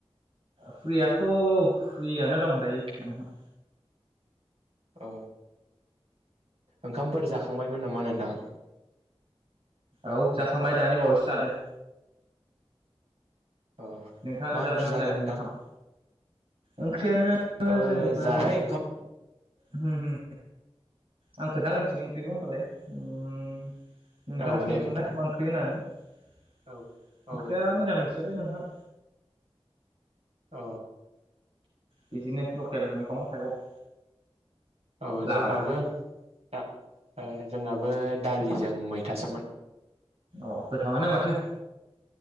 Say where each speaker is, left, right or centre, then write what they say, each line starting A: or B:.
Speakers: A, on the right; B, on the right.
A: फ्रियाथ' औ फ्रियानो दं दायो नोंथां।
B: अ ओंखामफोर जाखांबायमोन नामा नोंथां?
A: औ जाखांबाय दानि बावैसो जादों।
B: अ
A: नोंथाङालाय
B: मा
A: जादोंना
B: ओंख्रि जाखो
A: जायाखै
B: नोंथां
A: ओंखाम? ओंख्रियानो
B: ओ
A: जाहैबाय
B: जाबाय ओंखाम
A: होम होम। आं खोथाग्रोनसै ओंख्रिखौ होमबालाय ओम नोंथाङा
B: औ
A: सोंदोंमोन
B: दे खोन्थादो
A: ना मा ओंख्रि होननानै ओंख्रिया
B: औ औ
A: मिरामिस लै नोंथां
B: अ।
A: बिदिनो लकेल मैगं थाइगं
B: औ जोंनाबो
A: लाब्रा
B: दा ओ जोंनाबो बो दालिजों मैथासोमोन।
A: अ गोथावानो माथो।